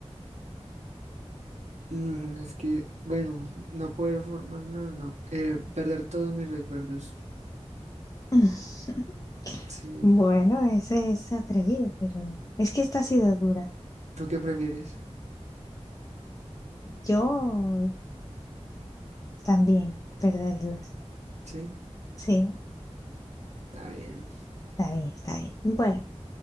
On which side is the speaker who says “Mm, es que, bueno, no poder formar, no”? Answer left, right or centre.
Right